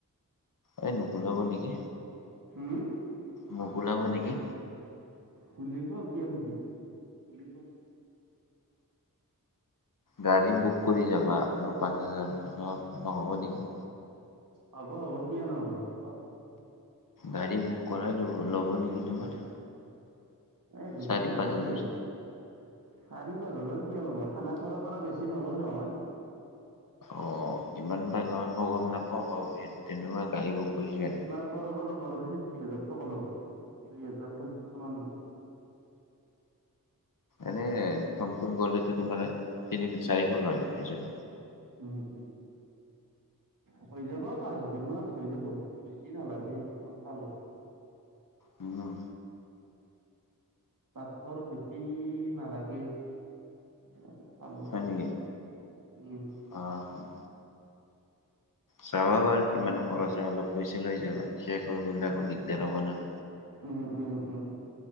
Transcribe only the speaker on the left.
এই নুকুলাব নেকি।
মোক ওলাব নেকি।
গাড়ী বুক কৰি যাবা আৰু পাঁচ হাজাৰ মানত নহ'ব নেকি।
গাড়ী বুক কৰাই ল'ব, ল'ব নেকি তোমাৰ।
চাৰি
পাঁচ হাজাৰ
অ' কিমান বা লয় মই গম নাপাওঁ বাৰু, তেনেকুৱা গাড়ী বুক কৰিছোঁ এনে।
এনে টমটম গলেতো তোমাৰ তিনি, চাৰিশ লয় এজন
উম।
হয় নেকি?
অ'। চাবা বাৰু কিমান খৰচ হয় অলপ পইচা লৈ যাবা, শেষ হৈ গলে আকৌ দিগদাৰ হ'ব না।